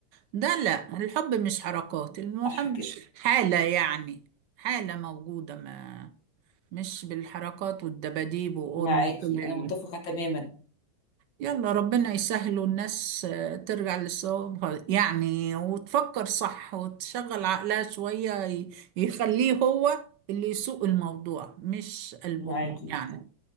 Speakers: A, on the right; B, on the left.
A: ده لا الحب مش حركات المهم
B: صح كده
A: حالة يعني حالة موجودة ما مش بالحركات والدباديب وام
B: معاكي
A: كل
B: أنا
A: ال...
B: متفقة تماما
A: يلا ربنا يسهل والناس آه، ترجع لصوابها يعني وتفكر صح وتشغل عقلها شوية ي- يخليه هو اللي يسوق الموضوع مش قلبهم
B: معاكي
A: يعني